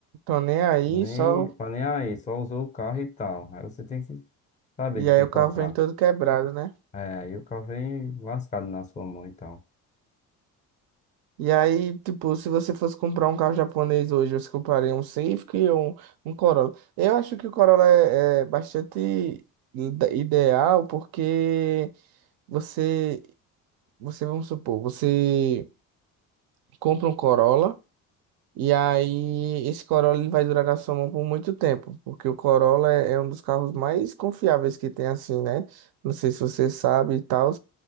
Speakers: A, on the right; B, on the left.
A: Tô nem aí,
B: Nem,
A: só.
B: tá nem aí, só usou o carro e tal. Aí você tem que saber
A: E
B: de
A: aí
B: quem
A: o
B: comprar.
A: carro vem todo quebrado, né?
B: É, aí o carro vem lascado na sua mão e tal.
A: E aí, tipo, se você fosse comprar um carro japonês hoje, você compraria um Civic ou um, um Corolla? Eu acho que o Corolla é, é bastante ide- ideal porque você, você, vamos supor, você compra um Corolla. E aí, esse Corolla ele vai durar na sua mão por muito tempo, porque o Corolla é, é um dos carros mais confiáveis que tem, assim, né? Não sei se você sabe e tal,